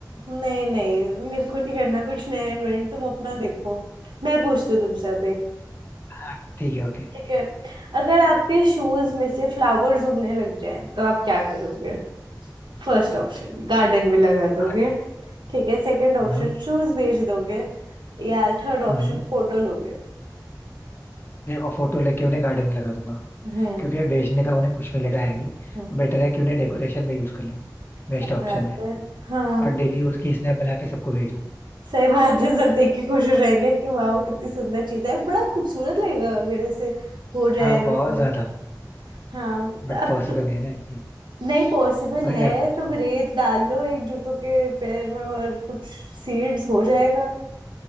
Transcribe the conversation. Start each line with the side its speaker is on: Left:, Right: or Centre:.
Right: नहीं नहीं मेरे को नहीं करना कुछ नया इन्वेंट तुम अपना देखो मैं पूछती हूँ तुमसे अब
Left: हाँ ठीक है ओके
Right: ठीक है अगर आपके शूज में से फ्लावर्स उगने लग जाएं तो आप क्या करोगे फर्स्ट ऑप्शन गार्डन में लगा दोगे
Left: हाँ ठीक है
Right: ठीक है सेकंड ऑप्शन
Left: हाँ
Right: शूज बेच दोगे या थर्ड ऑप्शन
Left: हाँ
Right: फोटो लोगे
Left: देखो फोटो लेके उन्हें गार्डन में लगा दूंगा
Right: हम्म
Left: क्योंकि बेचने का उन्हें कुछ मिलेगा है नहीं
Right: हम्म,
Left: बेटर है कि उन्हें डेकोरेशन में यूज कर लूं बेस्ट
Right: सही
Left: ऑप्शन
Right: बात
Left: है
Right: है हाँ
Left: और डेली उसकी स्नैप बना के सबको भेजूं
Right: सही बात है सब देख के खुश हो जाएंगे कि वाह कितनी सुंदर चीज है बड़ा खूबसूरत लगेगा अगर ऐसे हो जाए
Left: हाँ
Right: मतलब
Left: बहुत ज्यादा
Right: हाँ
Left: बट
Right: अब
Left: पॉसिबल
Right: तो
Left: नहीं है ना ये
Right: नहीं पॉसिबल
Left: अभी
Right: है
Left: मैं पूछता
Right: तो
Left: हूँ
Right: रेत डाल लो एक जूतों के पैर में और कुछ सीड्स हो जाएगा